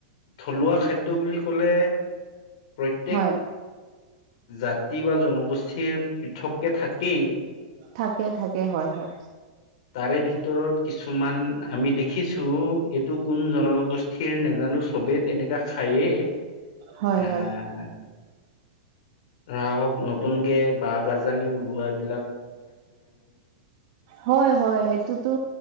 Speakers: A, on the left; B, on the right.
A: থলুৱা খাদ্য বুলি ক'লে প্ৰত্যেক
B: হয়
A: জাতি বা জনগোষ্ঠীৰ পৃথককে থাকেই
B: থাকে থাকে হয় হয়
A: তাৰে ভিতৰত কিছুমান আমি দেখিছোঁ এইটো কোন জনগোষ্ঠীৰ নাজানো চবেই তেনেকা খায়েই
B: হয়
A: আহ
B: হয়
A: ৰাহক নতুনকে বাঁহ গাজালি ওলোৱাবিলাক
B: হয় হয় সেইটোতো